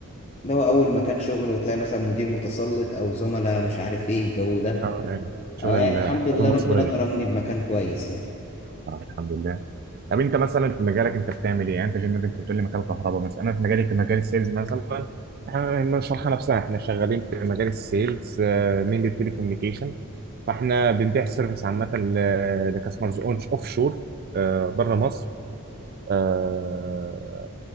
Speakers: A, on the left; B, on the right.
A: لو اول مكان شغل وتلاقي مثلا مدير متسلط او زملاء مش عارف ايه الجو ده
B: آه، يعني شغل
A: اه يعني الحمد
B: الحضاره
A: لله
B: المصريه
A: ربنا كرمني بمكان كويس يعني
B: طب الحمد لله طب انت مثلا في مجالك انت بتعمل ايه يعني انت جنبك انت بتقول لي مجال كهرباء مثلا انا في مجالي كمجال السيلز مثلا احنا ما نشرحها نفسها احنا شغالين في مجال السيلز من التلي كوميونيكيشن فاحنا بنبيع سيرفيس عامه لكاستمرز اون اوف شور بره مصر آه،